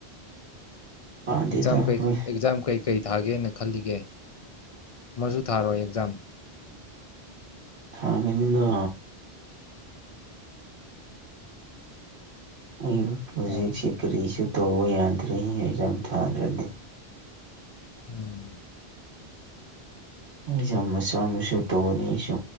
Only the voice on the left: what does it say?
ꯑꯦꯛꯖꯥꯝ ꯀꯩ
ꯑꯦꯛꯖꯥꯝ ꯀꯩ ꯀꯩ ꯊꯥꯒꯦꯅ ꯈꯜꯂꯤꯒꯦ ꯑꯃꯁꯨ ꯊꯥꯔꯣꯏ ꯑꯦꯛꯖꯥꯝ
ꯑꯥ
ꯎꯝ